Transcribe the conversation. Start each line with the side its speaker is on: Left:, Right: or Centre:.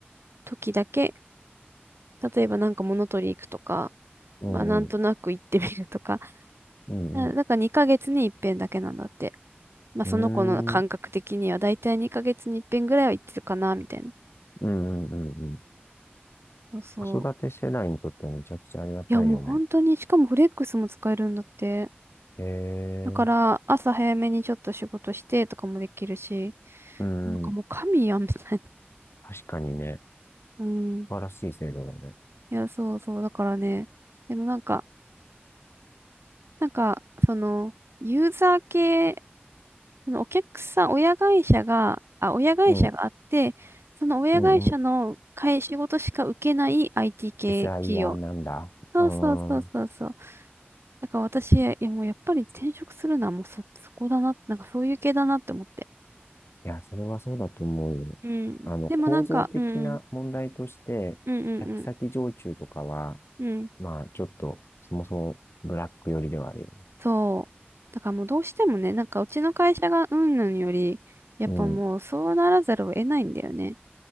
Right: 時だけ、例えばなんか物取り行くとか、
Left: うん、
Right: まあなんとなく行ってみるとか、
Left: うん、うん、
Right: <laughs> ななんか2ヶ月に一遍だけなんだって。まあその子の感覚的にはだいたい2ヶ月に一遍ぐらいは行ってるかな、
Left: うん、うーん、
Right: みたいな。
Left: うん、うん、うんうん。
Right: そうそう。
Left: 子育て世代にとってはめちゃくちゃありがたいよね。
Right: いや、もう本当に、しかもフレックスも使えるんだって。
Left: へえ、
Right: だから、朝早めにちょっと仕事してとかもできるし、
Left: うん、
Right: なんかもう神やん、みたい
Left: 確かにね、
Right: な。<laughs> うん。
Left: 素晴らしい制度だね。
Right: いや、そうそう。だからね、でもなんか、なんか、その、ユーザー系、そのお客さん、親会社が、あ、親会社があって、
Left: うん、う
Right: その親会社の会仕事しか受けない
Left: ん、うん。
Right: IT 系企業。
Left: SIR なんだ。
Right: そうそうそうそうそう。
Left: うーん。
Right: だから私、いやもうやっぱり転職するのはもうそ、そこだな、なんかそういう系だなって思って。
Left: いや、それはそうだと思うよ。
Right: うん。
Left: あの、
Right: でもなんか、
Left: 構造的な問題として、
Right: うん、うん、うん、
Left: 客先常駐とかは、
Right: うん、うん。
Left: まあ、ちょっと、そもそもブラック寄りではあるよ
Right: そう。だからもうどうしてもね、なんかうちの会社がうんぬんより、やっぱもうそうならざるを得ないんだよね。
Left: うん。